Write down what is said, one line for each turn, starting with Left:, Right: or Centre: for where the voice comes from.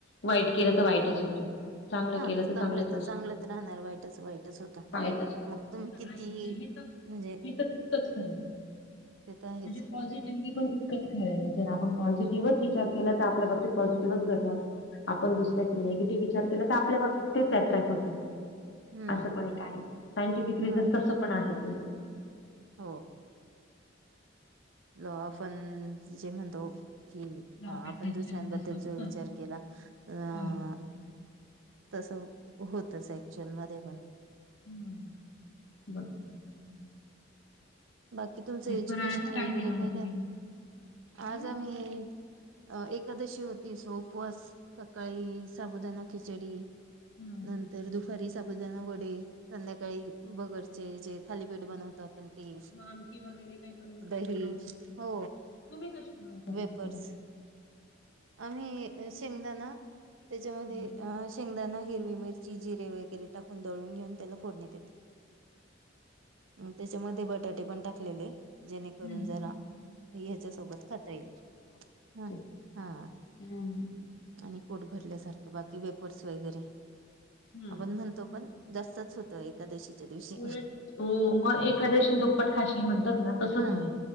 Left: वाईट केलं तर वाईटच होतं. चांगलं
Right: हा
Left: केलं
Right: चांगलं
Left: तर चांगलंच असत.
Right: राहणार वाईटच वाईटच होतं.
Left: <inaudible> <unintelligible>
Right: मग तुम्ही किती
Left: <inaudible> हे
Right: म्हणजे
Left: तर तितकंच खरंतर. <inaudible>
Right: ते तर आहेच
Left: म्हणजे पॉझिटिव्हली पण तितकंच खरं आहे. जर आपण पॉझिटिव्हच विचार केला तर, आपल्या बाबतीत पॉझिटिव्हच घडणार. आपण दुसऱ्याचा निगेटिव्ह विचार केला तर, आपल्या बाबतीत तेच अट्रॅक्ट होत.
Right: हम्म
Left: असं पण एक आहे. सायंटिफिक रिझन
Right: हा
Left: तसं पण आहे ते.
Right: हो. ज आपण जे म्हणतो की,
Left: लॉ
Right: हा
Left: ऑफ अट्रॅक्शन
Right: आपण दुसऱ्यांबद्दल
Left: जसं
Right: जो
Left: हं.
Right: विचार केला, अ
Left: हो.
Right: <inaudible> तस होतच ऍक्चुअल मध्ये पण.
Left: हम्म. <inaudible> बरोबर बरोबर.
Right: बाकी तुमचं एज्युकेशन
Left: फराळाचं
Right: वगैरे
Left: केलं
Right: काय
Left: मग तुम्ही?
Right: झालं?
Left: हं.
Right: आज आम्ही अ एकादशी होती सो उपवास सकाळी साबुदाना खिचडी.
Left: हं.
Right: नंतर दुपारी साबुदाणा वडे संध्याकाळी बगडचे जे थालीपीठ बनवतो आपण ते.
Left: म आमटी वगैरे काही बनव
Right: दही
Left: बनवले <inaudible> हा
Right: हो
Left: तुम्ही कशी बनवतात
Right: वेपर्स
Left: आमटी?
Right: आम्ही शेंगदाणा त्याच्यामध्ये
Left: हं.
Right: अ शेंगदाना, हिरवी मिरची, जिरे वगैरे टाकून, दळून घेऊन त्याला फोडणी देत. <inaudible> त्याच्यामध्ये बटाटे पण टाकलेले. जेणेकरून
Left: हं,
Right: जरा
Left: हं.
Right: हे ह्याच्या सोबत खाता येईल. हा.
Left: <inaudible>
Right: हा
Left: हम्म्.
Right: आणि पोट भरल्याार बाकी वेपर्स वगैरे
Left: हं.
Right: आपण म्हणतो पण जास्तच एकादशीच्या
Left: <inaudible>
Right: दिवशी
Left: उलट हो मग एखाद्याशी दुप्पट खाशी म्हणतात ना तसच
Right: हा
Left: ये.